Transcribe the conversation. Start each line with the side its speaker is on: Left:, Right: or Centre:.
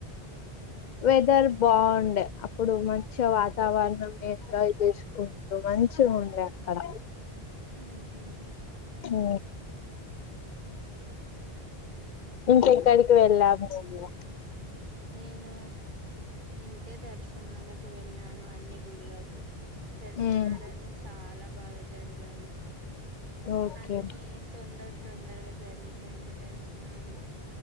Right: ఉమ్
Left: వెదర్ బావుండే అప్పుడు మంచిగ వాతావరణం ని ఎంజాయ్ చేసుకుంటూ మంచిగుండే అక్కడ
Right: ఉహు
Left: ఓ ఇంకెక్కడికి వెళ్లావు నువ్వు
Right: నేను ఇంతే దర్శనాలకు వెళ్ళాను అన్ని గుడులకు దర్శనాలన్నీ
Left: ఉమ్
Right: చాలా బాగా జరిగాయి
Left: ఓకే
Right: అన్నీ తొందర తొందరగా జరిగిపోయినాయి దర్శనాలు